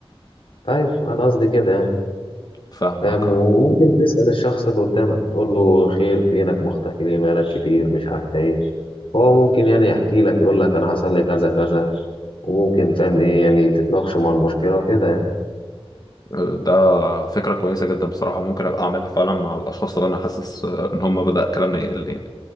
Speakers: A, on the left; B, on the left.
A: أيوه أنا قصدي كده يعني
B: فاهمك
A: فاهم وممكن
B: اه
A: تسأل الشخص اللي قدامك تقول له خير فينك مختفي ليه بقالك كتير مش عارف إيه هو ممكن يعني يحكي لك يقول لك انا حصل لي كذا كذا وممكن فاهم ايه يعني تتناقشوا مع المشكله وكده يعني
B: ده فكرة كويسة جدا بصراحة ممكن أبقى أعملها فعلا مع الأشخاص اللي أنا حاسس إن هم بدأ كلامنا يقل يعني